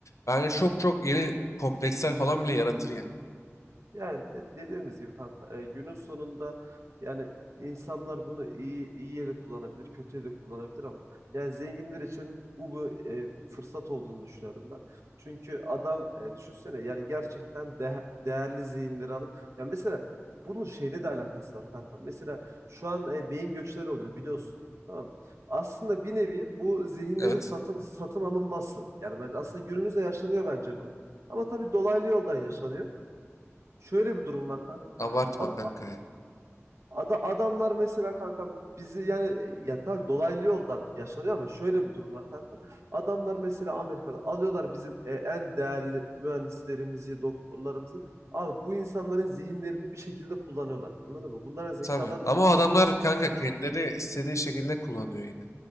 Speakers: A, on the left; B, on the right.
A: Bence çok çok yeni kompleksler falan bile yaratır yani.
B: Yani e, dediğimiz gibi kanka e, günün sonunda yani insanlar bunu iyi iyiye de kullanabilir, kötüye de kullanabilir ama yani zenginler için bu bu e, fırsat olduğunu düşünüyorum ben. Çünkü adam e, düşünsene yani gerçekten de- değerli zihinleri alıp yani mesela bunun şeyle de alakası var kanka. Mesela şu an e, beyin göçleri oluyor biliyorsun. Tamam. Aslında bir nevi bu zihinlerin
A: Evet.
B: satın satın alınması. Yani ben aslında günümüzde yaşanıyor bence bu. Ama tabii dolaylı yoldan yaşanıyor şöyle bir durum var kanka.
A: Abartma
B: Ad,
A: kanka ya.
B: ada- adamlar mesela kanka bizi yani ya tabii dolaylı yoldan yaşanıyor ama şöyle bir durum var kanka. Adamlar mesela Amerika'da alıyorlar bizim e, en değerli mühendislerimizi, doktorlarımızı. Abi bu insanların zihinlerini bir şekilde kullanıyorlar. Anladın mı? Bunların zekalarını
A: Tabii. Ama o adamlar
B: kullan
A: kanka kendileri istediği şekilde kullanıyor yine.